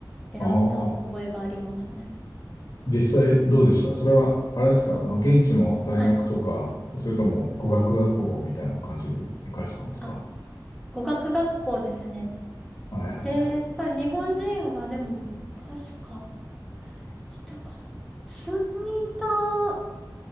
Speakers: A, in the centre; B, on the left.
A: 選んだ覚えがありますね。
B: ああ、実際どうでしたそれは、あれですか、あの、現地の大学とか、
A: はい。
B: それとも語学学校みたいな感じに行かれてたんですか
A: あ語学学校ですね。
B: えー、
A: で、やっぱり日本人はでも、確か、いたから、数人いた